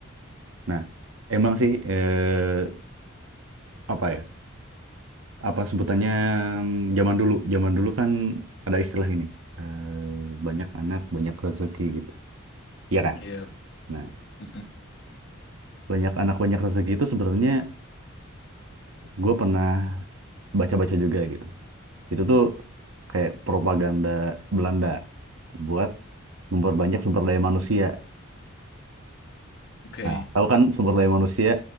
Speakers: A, on the right (about 80°); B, on the left (about 60°).
A: Nah, emang sih eh, apa ya? Apa sebutannya mm, zaman dulu? Zaman dulu kan ada istilah ini. eh, banyak anak, banyak rezeki gitu. Iya kan?
B: Iya.
A: Nah,
B: Mm-mm.
A: banyak anak, banyak rezeki itu sebenarnya gue pernah baca-baca juga gitu. Itu tuh kayak propaganda Belanda buat memperbanyak sumber daya manusia
B: Oke.
A: Nah, tahu kan sumber daya manusia